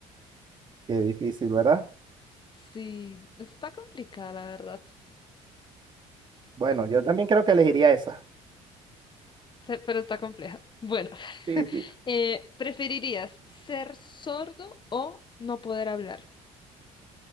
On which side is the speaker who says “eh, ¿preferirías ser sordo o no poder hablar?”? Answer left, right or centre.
Left